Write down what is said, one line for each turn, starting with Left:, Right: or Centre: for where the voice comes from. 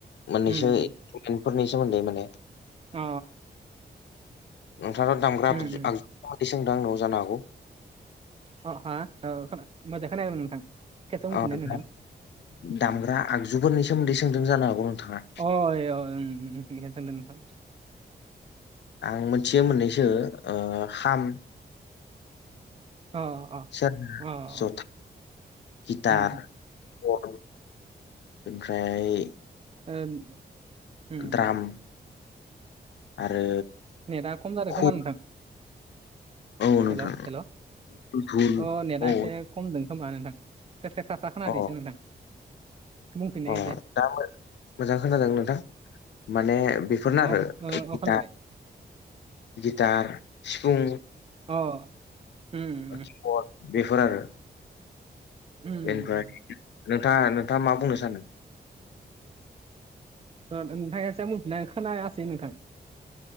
Left: मोननैसो
Right: उम
Left: जेनफोरनि सोमोन्दै माने।
Right: अ
Left: नोंथाङना दामग्रा
Right: उम उम
Left: आगजुै सोंदों आंन'आव जानो हागौ
Right: अ ह मोजां खोन आरो नोंथां। खेबसे बुंफिननाय
Left: औ दा
Right: नोंथां
Left: दामग्रा आगजुफोरनि सोमोन्दै सोंदों जानो हागौ नोंथाङा।
Right: अ अ सानदों नोंथां।
Left: आं मोनथियो मोननैसो हाम
Right: अ
Left: सेरजा
Right: अ
Left: जथा गिटार
Right: उम उम
Left: कर्ड ओमफ्राय
Right: <inaudible> उम
Left: द्राम
Right: उम
Left: आरो
Right: नेटआ खम जादों
Left: हुक
Right: खोमा नोंथां
Left: औ नोंथां
Right: हेल' हेल' अ
Left: धुल
Right: नेटआ
Left: औ
Right: एसे खमदों खोमा नोंथां खेबथे थाफा खोनादोंसो
Left: अ
Right: नोंथां बुंफिननाय
Left: अ
Right: खेबसे
Left: दा मोजां खोनादों नोंथां माने बेफोरनो
Right: अ
Left: आरो
Right: ओ
Left: गि
Right: अ खोनाबाय
Left: गिटार सिफुं
Right: अ उम
Left: किबर्ड
Right: उम
Left: बेफोर आरो
Right: उम
Left: बेनिफ्राय नोंथाङा नोंथाङा मा बुंनो सानदों
Right: नोंथांसोया मोनफिना खोनायासै नोंथां